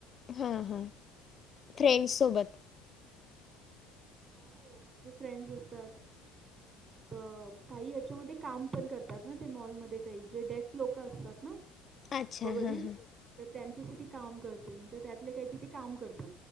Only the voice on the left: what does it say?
हा.. हा, फ्रेंड्स सोबत.
<inaudible>
अच्छा
हा हा.